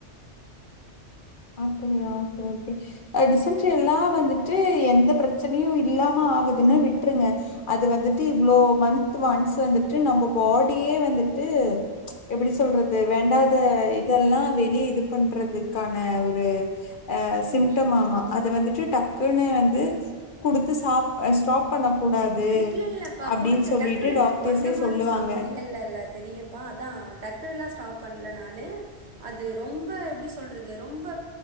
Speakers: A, on the left; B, on the right.
A: அப்படியா சேர் சேர் டிசன்ரி எல்லா வந்துட்டு எந்த பிரச்சனையும் இல்லாம ஆகுதுன்னு விட்டுருங்க அது வந்துட்டு இவ்ளோ மந்த் ஒன்ஸ் வந்துட்டு நம்ம பாடியே வந்துட்டு ச் எப்படி சொல்றது வேண்டாத இதெல்லாம் வெளியே இது பண்றதுக்க ன ஒரு அ சிம்டம்
B: ம்
A: ஆமாம்
B: ம் ம்
A: அது வந்துட்டு டக் க்குனே வந்து குடுத்து ஸ்டாப் அ ஸ்டாப் பண்ண கூடாது
B: இல்ல இல்லப்பா
A: அப்டின்னு
B: கொடுத்து
A: சொல்லிட்டு
B: டக்குனுலா
A: டாக்டர்ஸே
B: அந்த மாரி
A: சொல்லுவாங்க
B: ஸ்டாப் இல்ல இல்ல இல்ல தெரியும்பா அதா டக்குனுலா ஸ்டாப் பண்ணல நானு அது ரொம்ப எப்டி சொல்றது ரொம்ப